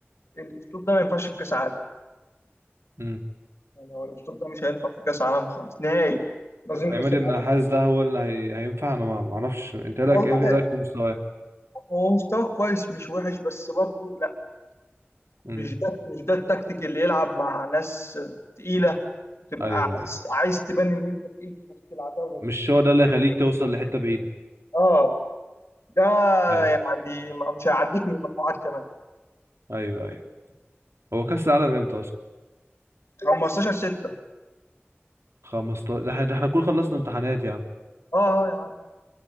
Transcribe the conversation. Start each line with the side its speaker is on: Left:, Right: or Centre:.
Left: الاسلوب ده ما ينفعش في كاس عالم
Right: مم.
Left: يعني هو الاسلوب ده مش هينفع في كاس عالم خالص نهائي لازم
Right: عماد
Left: كاس العالم
Right: النحاس ده هو اللي هي... هينفع انا ما ما اعرفش انت إيه
Left: والله
Right: رايك ايه إيه رايك في مستواه
Left: هو مستواه كويس مش وحش بس برضو لا
Right: امم
Left: مش ده مش ده التكتيك اللي يلعب مع ناس تقيله وتبقى
Right: ايوه ايوه
Left: عايز عايز تبان ان انت تقيل في وسط العتاوله
Right: مش
Left: دي
Right: هو ده اللي هيخليك توصل لحته بعيده
Left: اه ده
Right: ايوه
Left: يعني ما- مش هيعديك من المجموعات كمان
Right: ايوه ايوه هو كاس العالم امتى اصلا
Left: 15 6
Right: 15 ده احنا ده إحنا نكون خلصنا امتحانات يا عم
Left: اه آه يا عم